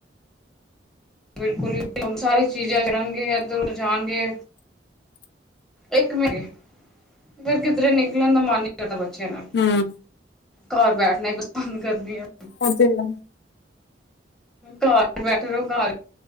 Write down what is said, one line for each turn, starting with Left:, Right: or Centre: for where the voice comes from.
Centre: ਬਿਲਕੁਲ ਹੀ, ਸਾਰੀ ਚੀਜ਼ਾਂ ਚੜਨਗੇ, ਇੱਧਰ- ਉਧਰ ਜਾਣਗੇ। ਇੱਕ ਮਿੰਨਟ, ਫਿਰ ਕਿੱਧਰੇ ਨਿਕਲਣ ਦਾ ਮਨ ਨਹੀਂ ਕਰਦਾ ਬੱਚਿਆਂ ਨਾਲ।
Left: ਹਮ
Centre: ਘਰ ਬੈਠਣਾ ਹੀ ਪਸੰਦ ਕਰਨੀ ਆ।
Left: ਅ <unintelligible>
Centre: ਘਰ ਬੈਠੇ ਰਹੋ ਘਰ।